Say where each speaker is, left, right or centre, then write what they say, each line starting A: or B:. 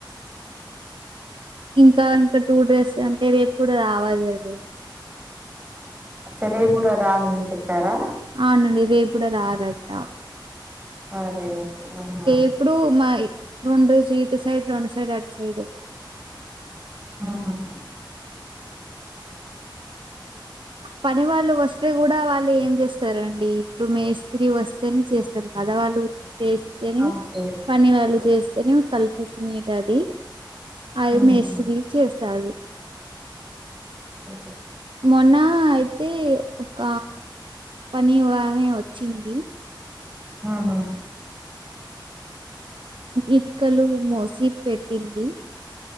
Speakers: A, on the right; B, on the right.
A: ఇంకా ఇంకా టూ డ్రేస్ అంటేరేపుకూడా రావాలి వాలు
B: సరే ఇంకా రామని చెప్పారా
A: అవునండి ఇదే ఇప్పుడు రార్రటా
B: అరే అవునా
A: ఇప్పుడు మా రెండు సీటు చీటు సైడ్ రెం సైడ్ అటు సైడ్
B: ఆహహహ
A: పని వాళ్ళు వస్తే కూడా వాళ్ళు ఏం చేస్త చేస్తారండి ఇప్పుడు మేస్తీ వస్తేనే చేస్తారు కదా వాళ్ళు చేస్తేనే
B: అంతే
A: పని వాళ్లు చేస్తేనే కలిపిసిమె టది అది
B: ఉమ్
A: మేస్త్రి చేస్తారు
B: అఓ
A: మొన్న అయితే ఒక పని ఆమె వచ్చింది
B: ఆహా
A: ఇట్కలు మోసీ పెట్టింది